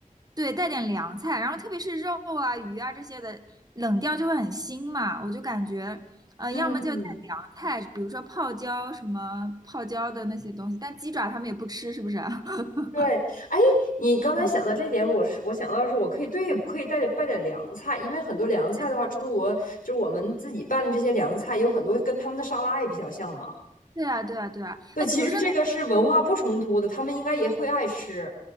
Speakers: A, on the right; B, on the left.
A: 对带点凉菜，然后特别是肉啊鱼啊这些的冷掉就会很腥嘛，我就感觉呃要么就带凉菜，
B: 嗯，
A: 比如说泡椒什么泡椒的那些东西，但鸡爪他们也不吃，是不是啊 <laughs>
B: 对，哎，你刚才想到这一点，
A: 嗯，
B: 我是我想到的是，我可以对，可以带点拌点凉菜，因为很多凉菜的话，
A: 对
B: 中国就是我们自己拌的这些凉菜，有很多跟他们的沙拉也比较像嘛。
A: 对啊对啊对啊，
B: 对，
A: 哎，
B: 其实这个是文化不冲突的，
A: 比如说那。
B: 他们应该也会爱吃。